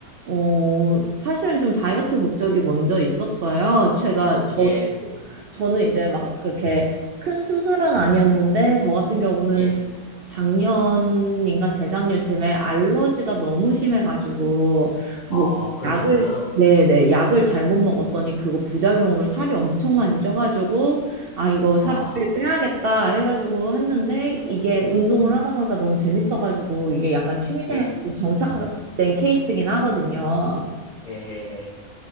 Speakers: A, on the right; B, on the left.
A: 어, 사실은 좀 다이어트 목적이 먼저 있었어요. 제가, 저도
B: 예,
A: 저는 이제 막 그렇게 큰 수술은 아니었는데, 저 같은 경우는
B: 예.
A: 작년인가 재작년쯤에 알러지가 너무 심해가지고, 뭐,
B: 아, 그러시구나.
A: 약을, 네네, 약을 잘못 먹었더니 그거 부작용으로 살이 엄청 많이 쪄가지고, 아, 이거 살을
B: 와,
A: 빼야겠다 해가지고 했는데, 이게 운동을 하다 보니까 너무 재밌어가지고, 이게 약간 취미생활
B: 예,
A: 그 정착된 케이스긴 하거든요.
B: 예, 예, 예.